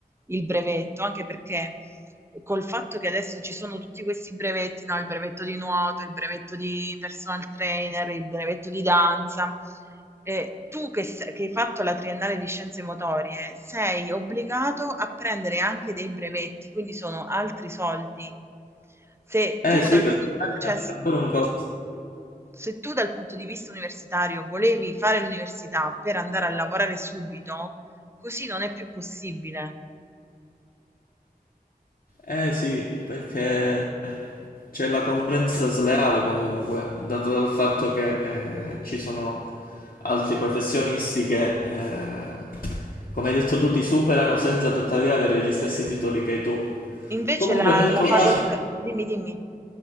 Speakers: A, on the right; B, on the left.
A: il brevetto, anche perché col fatto che adesso ci sono tutti questi brevetti, no? Il brevetto di nuoto, il brevetto di personal trainer, il brevetto di danza, eh, tu che, se- che hai fatto la triennale di scienze motorie sei obbligato a prendere anche dei brevetti, quindi sono altri soldi. Se
B: Eh
A: tu
B: sì,
A: dal,
B: perché
A: pu-
B: immagina
A: cioè,
B: davvero un costo.
A: se tu dal punto di vista universitario volevi fare l'università per andare a lavorare subito, così non è più possibile.
B: Eh sì, perché c'è la concorrenza sleale comunque, dato dal fatto che eh, ci sono altri professionisti che, eh, come hai detto tu, ti superano senza tuttavia avere gli stessi titoli che hai tu.
A: Invece
B: Comunque
A: la,
B: nel
A: la
B: tuo
A: facoltà,
B: Invece caso...
A: dimmi, dimmi.